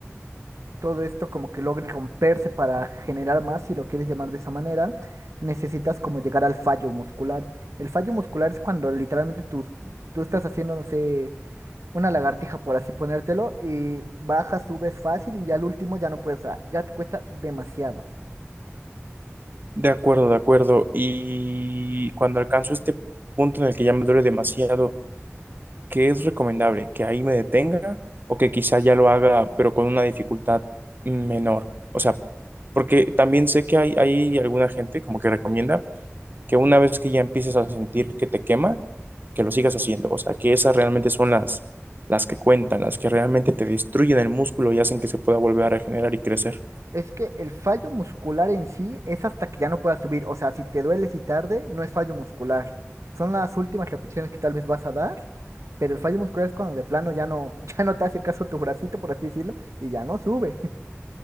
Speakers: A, on the right; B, on the right.
A: todo esto como que logre romperse para generar más, si lo quieres llamar de esa manera, necesitas como llegar al fallo muscular. El fallo muscular es cuando literalmente tú, tú estás haciendo, no sé, una lagartija, por así ponértelo, y bajas, subes fácil y ya al último ya no puedes, o sea, ya te cuesta demasiado.
B: De acuerdo, de acuerdo. Y cuando alcanzo este punto en el que ya me duele demasiado ¿qué es recomendable? ¿Que ahí me detenga o que quizá ya lo haga, pero con una dificultad menor? O sea, porque también sé que hay, hay alguna gente como que recomienda que una vez que ya empieces a sentir que te quema, que lo sigas haciendo. O sea, que esas realmente son las, las que cuentan, las que realmente te destruyen el músculo y hacen que se pueda volver a regenerar y crecer.
A: Es que el fallo muscular en sí es hasta que ya no puedas subir. O sea, si te dueles y tarde, no es fallo muscular. Son las últimas repeticiones que tal vez vas a dar, pero el fallo muscular es cuando de plano ya no, <laughs> ya no te hace caso tu bracito, por así decirlo, y ya no sube. <laughs>